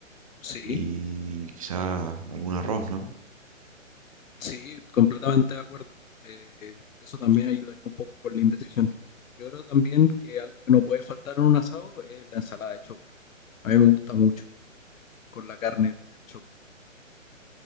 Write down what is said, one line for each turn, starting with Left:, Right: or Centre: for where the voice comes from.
Left: sí,
Right: y quizá algún arroz, ¿no?
Left: sí, completamente de acuerdo. Eh, eso también ayudaría un poco con la indecisión. Yo creo también que algo que no puede faltar en un asado es la ensalada de choclo. A mí me gusta mucho con la carne el choclo.